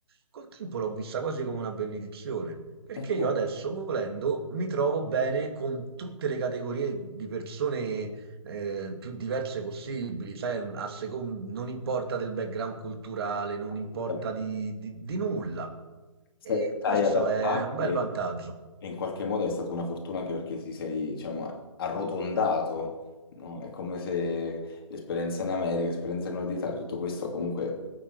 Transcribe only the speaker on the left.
Eh,
certo.
assolutamente.
Se
stai
adattarti
E in qualche modo è stata una fortuna anche perché ti sei, diciamo, arrotondato, no? È come se l'esperienza in America, l'esperienza in Nord Italia, tutto questo ha comunque